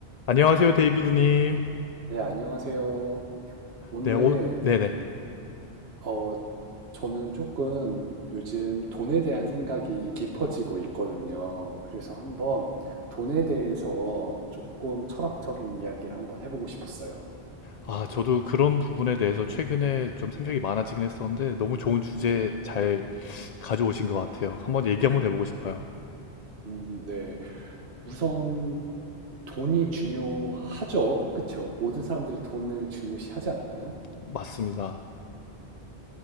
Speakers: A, on the left (about 50°); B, on the right (about 65°).
A: 안녕하세요, 데이비드님.
B: 네, 안녕하세요. 오늘,
A: 네, 오, 네네.
B: 어, 저는 조금 요즘 돈에 대한 생각이 깊어지고 있거든요. 그래서 한번 돈에 대해서 조금 철학적인 이야기를 한번 해보고 싶었어요.
A: 아, 저도 그런 부분에 대해서 최근에 좀 생각이 많아지긴 했었는데, 너무 좋은 주제 잘 가져오신 것 같아요. 한번 얘기 한번 해보고 싶어요.
B: 음, 네. 우선 돈이 중요하죠. 그쵸? 모든 사람들이 돈을 중요시하지 않나요?
A: 맞습니다.